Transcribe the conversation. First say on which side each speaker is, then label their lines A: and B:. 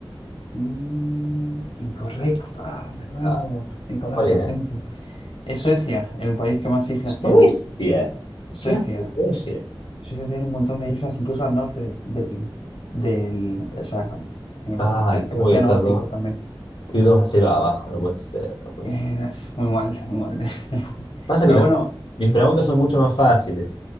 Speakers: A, on the left; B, on the left.
A: mm, incorrecta, de nuevo.
B: Ah,
A: Nicolás,
B: ¿cuál era?
A: lo siento. Es Suecia, el país que más islas
B: Suecia.
A: tienes. Suecia.
B: ¿Qué hace Suecia?
A: Suecia tiene un montón de islas, incluso al norte del, del, o sea, en el,
B: Ay,
A: eh,
B: ¿cómo
A: el
B: voy
A: océano
B: a estar
A: Ártico
B: dos,
A: también.
B: estoy 2 a cero abajo? No puede ser, no puede
A: Eh,
B: ser.
A: Es muy mal, muy mal. <laughs>
B: Pasa
A: Pero
B: que las,
A: bueno,
B: mis preguntas son mucho más fáciles.